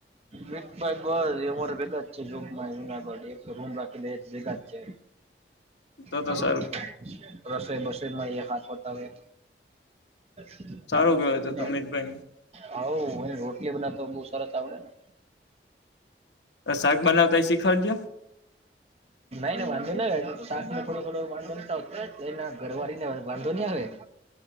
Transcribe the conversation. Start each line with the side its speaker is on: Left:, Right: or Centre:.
Right: મિતભાઇ બસ એ મારે ભેગુ એક જ છે જોબ માં જૂનાગઢ એ રૂમ રાખી બે ભેગા જ છે.
Left: તો
Right: <inaudible>
Left: તો સારું
Right: રસોઈ બસ <inaudible> માં એ હાથે હોતા હોય <inaudible>
Left: સારું કેવાય
Right: એને
Left: તો તો મિતભાઈ
Right: હાર હવ એને રોજ <unintelligible> તરત આવડે ને
Left: શાક બનાવતા શીખાડજો
Right: <inaudible> નહી નહી વાંધો નહી એતો શાકનો થોડો થોડો વાંધો ન આવતો એના ઘરવાળી ને વાંધો નહી આવે